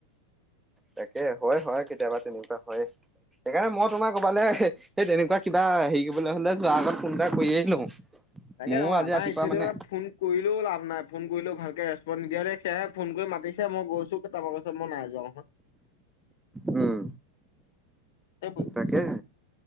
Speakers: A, in the centre; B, on the left.
A: তাকে, হয় হয় কেতিয়াবা তেনেকুৱা হয়ে। সেইকাৰণে মই তোমাৰ ক'বালে সেই তেনেকুৱা কিবা হেৰি কৰিবলৈ হলে যোৱাৰ আগত ফোন এটা কৰিয়েই লওঁ।
B: তাকে
A: ময়ো
B: তু আমাৰ
A: আজি ৰাতিপুৱা
B: এইছডি
A: মানে
B: বা ফোন কৰিলেও লাভ নাই ফোন কৰিলেও ভালকে ৰেচপন্ নিদিয়া দেই সেয়ে ফোন কৰি মাতিছে মই গৈছোঁ। তাৰপা কৈছে মই নাই যোৱা নহয়।
A: উম
B: সেইবোৰে
A: তাকে,